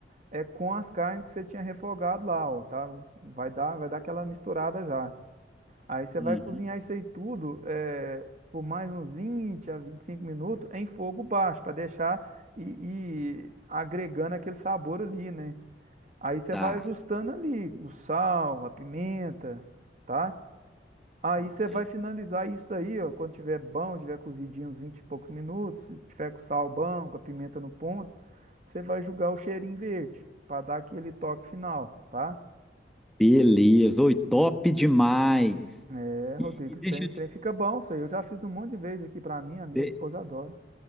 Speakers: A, on the right; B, in the centre.
A: é com as carnes que você tinha refogado lá, ó, tá? Vai dar, vai dar aquela misturada já. Aí você
B: Uhum,
A: vai cozinhar isso aí tudo eh, por mais uns 20 a 25 minutos em fogo baixo, para deixar e, e agregando aquele sabor ali, né? Aí você
B: tá,
A: vai ajustando ali o sal, a pimenta, tá? Aí você
B: é.
A: vai finalizar isso daí, ó, quando tiver bom, tiver cozidinho uns 20 e poucos minutos, se tiver com o sal bom, com a pimenta no ponto, você vai jogar o cheirinho verde, para dar aquele toque final, tá?
B: Beleza. Oi, top demais.
A: É, Rodrigo,
B: E, e
A: esse
B: deixa
A: trem, esse
B: eu
A: trem fica bom, isso aí. Eu já fiz um monte de vezes aqui pra mim, a minha
B: te,
A: esposa adora.